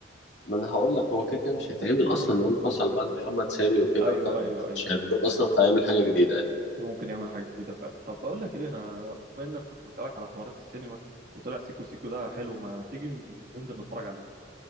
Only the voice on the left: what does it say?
ما انا هقول لك هو كده كده مش هيتعمل اصلا هو انفصل بقى عن محمد سامي وكده
فاهم
مش هيعملوه
اصلا
فهيعمل حاجه جديده يعني